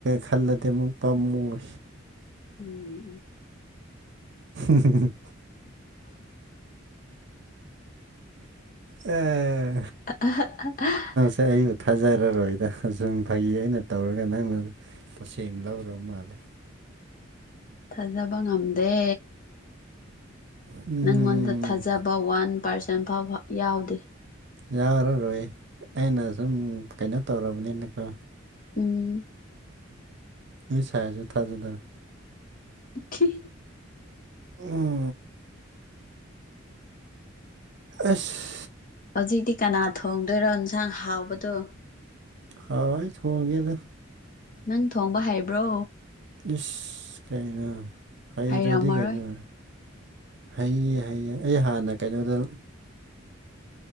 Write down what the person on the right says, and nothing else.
ꯈꯜꯂꯗꯤ ꯑꯃꯨꯛ ꯄꯥꯝꯃꯨꯏ
<unintelligible> ꯑ
ꯁ ꯑꯩꯁꯨ ꯊꯥꯖꯔꯔꯣꯏꯗ ꯁꯨꯝ ꯐꯩ ꯑꯩꯅ ꯇꯧꯔꯒ ꯅꯪꯅ ꯇꯁꯦꯡꯅ ꯂꯧꯔꯔꯕ ꯃꯥꯜꯂꯦ
ꯎꯝ
ꯌꯥꯔꯔꯣꯏ ꯑꯩꯅ ꯁꯨꯝ ꯀꯩꯅꯣ ꯇꯧꯔꯕꯅꯤꯅꯀꯣ
ꯑꯩ ꯁꯥꯏꯁꯨꯦ ꯊꯥꯖꯗꯕ
ꯎꯝ ꯑꯁ
ꯍꯥꯎ ꯊꯣꯡꯒꯦꯗ
ꯏꯁ ꯀꯥꯏꯅ ꯍꯥꯏꯩꯗ꯭ꯔꯗꯤ
ꯀꯥꯏꯅ ꯍꯩꯌꯦ ꯍꯩꯌꯦ ꯑꯩ ꯍꯥꯟꯅ ꯀꯩꯅꯣꯗ